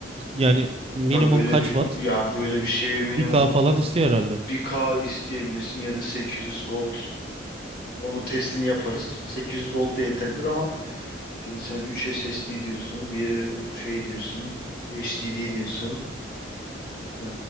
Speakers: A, on the right; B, on the left.
A: yani minimum
B: Tabii böyle
A: kaç
B: bir
A: watt?
B: ya böyle bir şeye minimum
A: 1K falan istiyor herhalde.
B: 1K isteyebilirsin ya da 800 gold. Onu testini yaparız. 800 gold da yetebilir ama şimdi sen 3 SSD diyorsun, bir şey diyorsun, HDD diyorsun. Ee,